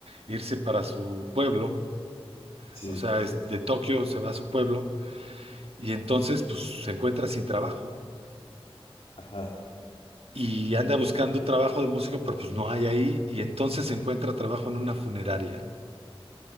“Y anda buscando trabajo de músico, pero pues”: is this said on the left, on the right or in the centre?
Right